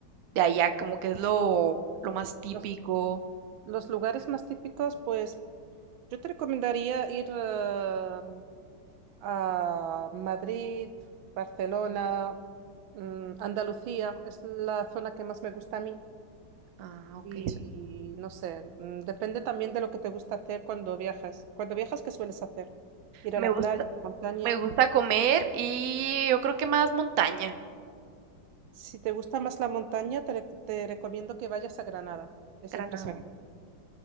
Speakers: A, on the right; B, on the right.
A: de allá? Como que es lo, lo más típico.
B: Los, los lugares más típicos, pues yo te recomendaría ir eh, a Madrid, Barcelona, mm, Andalucía. Es la zona que más me gusta a mí.
A: Ah, ok.
B: Y
A: so-
B: no sé, mm, depende también de lo que te gusta hacer cuando viajas. Cuando viajas, ¿qué sueles hacer? ¿Ir
A: Me
B: a la
A: gusta,
B: playa, montaña?
A: me gusta comer y yo creo que más montaña,
B: Si te gusta más la montaña, te, re- te recomiendo que vayas a Granada. Es
A: Granada.
B: impresionante.